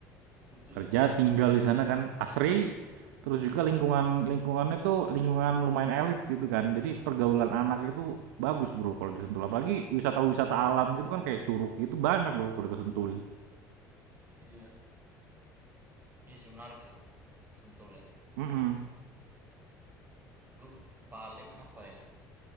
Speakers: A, on the right (about 20°); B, on the right (about 80°).
A: gitu ya.
B: Kerja, tinggal di sana kan asri, terus juga lingkungan lingkungannya tuh lingkungan lumayan elit gitu kan. Jadi pergaulan anak itu bagus, Bro, kalau di Sentul. Apalagi wisata-wisata alam gitu kan kayak curug gitu banyak, Bro, di Sentul.
A: Iya. Iya sih menarik sih. Sentul ya.
B: Mhm,
A: Gue paling apa ya?